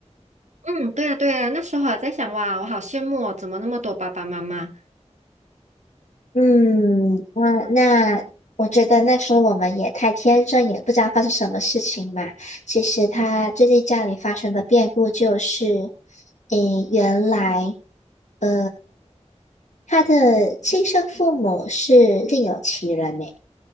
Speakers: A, on the right (about 80°); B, on the left (about 85°).
A: 嗯，对啊，对啊，那时候还在想，哇，我好羡慕哦，怎么那么多爸爸妈妈？
B: 嗯，那那我觉得那时候我们也太天真，也不知道发生什么事情嘛。其实他最近家里发生的变故就是，
A: 嗯
B: 诶，原来呃，他的亲生父母是另有其人呢。